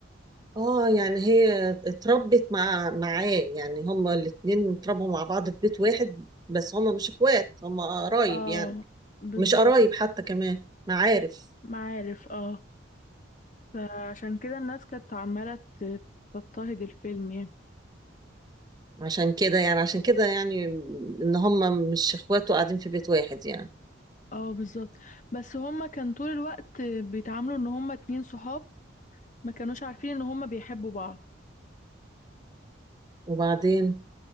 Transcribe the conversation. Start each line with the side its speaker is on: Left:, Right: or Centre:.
Right: اه يعني هي اتربت مع معاه يعني هما الاتنين اتربوا مع بعض في بيت واحد بس هما مش اخوات هما قرايب
Left: اه
Right: يعني
Left: بالظبط
Right: مش قرايب حتى كمان معارف
Left: معارف اه فعشان كده الناس كانت عمالة تضطهد الفيلم يعني
Right: عشان كده يعني عشان كده يعني ان هم مش اخوات وقاعدين في بيت واحد يعني
Left: اه بالظبط بس هما كان طول الوقت بيتعاملوا ان هما اتنين صحاب ما كانوش عارفين ان هما بيحبوا بعض
Right: وبعدين